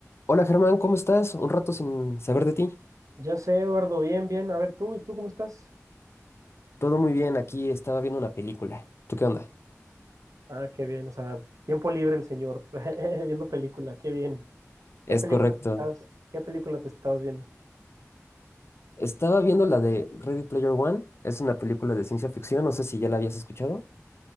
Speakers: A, on the left (about 50°); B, on the right (about 85°).
A: Hola Germán, ¿cómo estás? Un rato sin saber de ti.
B: Ya sé, Eduardo, bien, bien. A ver, tú, ¿y tú cómo estás?
A: Todo muy bien, aquí estaba viendo una película. ¿Tú qué onda?
B: Ah, qué bien, o sea, tiempo libre el señor, <laughs> viendo película, qué bien.
A: Es
B: ¿Qué película
A: correcto.
B: te estás, qué película te estabas viendo?
A: Estaba viendo la de Ready Player One. Es una película de ciencia ficción, no sé si ya la habías escuchado.